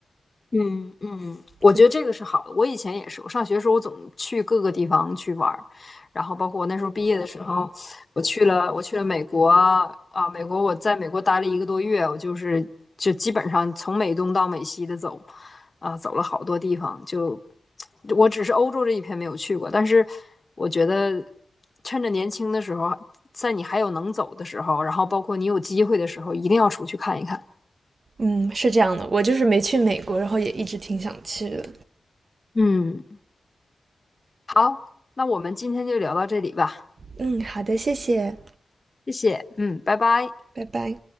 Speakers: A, on the left (about 35°); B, on the right (about 55°).
A: 嗯嗯，我觉得这个是好的。
B: 对，
A: 我以前也是，我上学的时候我总去各个地方去玩儿，然后包括我那时候毕业的时候，我去了我去了美国啊，美国我在美国待了一个多月，我就是就基本上从美东到美西的走，啊，走了好多地方。就我只是欧洲这一片没有去过，但是我觉得趁着年轻的时候，在你还有能走的时候，然后包括你有机会的时候，一定要出去看一看。
B: 嗯，是这样的，我就是没去美国，然后也一直挺想去的。
A: 嗯。好，那我们今天就聊到这里吧，
B: 嗯，好的，谢谢。
A: 谢谢，嗯，拜拜。
B: 拜拜。